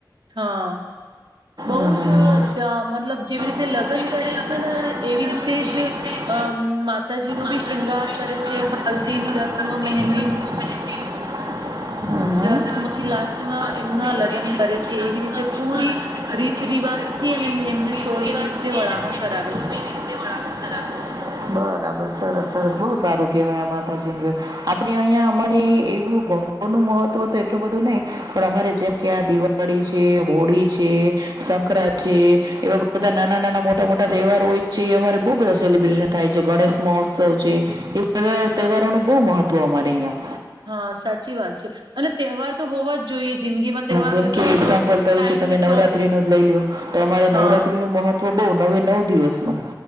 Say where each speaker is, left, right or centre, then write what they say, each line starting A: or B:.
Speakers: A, on the right (about 85°); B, on the right (about 60°).
A: હા બહુ
B: હા
A: જ ત્યા મતલબ જેવી રીતે
B: બઉ
A: લગ્ન
B: જ મતલબ
A: કરે
B: જેવી રીતે લગ્ન
A: છે ને
B: કરે છે
A: એવી
B: ને
A: રીતે
B: એવી
A: જ
B: રીતે જ
A: અમ માતાજીનો
B: માતાજી
A: બી શૃંગાર
B: નો બી
A: કરે
B: શૃંગાર
A: છે
B: કરે
A: હલ્દીની
B: છે હલ્દીની
A: રસમ, મહેંદી
B: રસમ મહેંદીનું દસમાં
A: રસ
B: આવી
A: પછી લાસ્ટમાં
B: રીતે
A: એમના
B: કરીને
A: લગ્ન
B: અને
A: કરે
B: પછી
A: છે
B: લાસ્ટમાં
A: એવી રીતે પૂરી
B: એમના લગ્ન બી કરે
A: રીત
B: છે
A: રિવાજથી
B: એવી રીતે પૂરી
A: અને એમને
B: રીત
A: સોળમ
B: રિવાજથી
A: દિવસે વળાવણ
B: અને એમને
A: કરાવે
B: સોળમી
A: છે.
B: રીતે વળામણ કરાવે છે. બરાબર સરસ સરસ બહું સારું કેવાય માતાજી આપડે અહિયાં અમારી એવું ગણગોરનું મહત્વ તો એટલું બધું નહી પણ અમારે જેમ કે આ દિવાળી છે, હોળી છે, સંક્રાંત છે, એવા બધા નાના નાના મોટા મોટા તહેવારો હોય છે અમારે બવ બધા સેલિબ્રેશન થાય છે ગણેશ મહોત્સવ છે એ બધા તહેવારોનું બહુ મહત્વ અમારે અહિયાં.
A: હા સાચી વાત છે અને તહેવાર તો હોવા જ જોઈએ જિંદગીમાં તહેવાર
B: જેમ
A: હોય
B: કે
A: તો આપણો
B: એક્ઝામ્પલ
A: ટાઈમ
B: તરીકે તમે
A: નીકળ
B: નવરાત્રીનું જ લઈ લ્યો તો અમારે
A: હા
B: નવરાત્રી નું મહત્વ તો બો નવે નવ દિવસ નુ.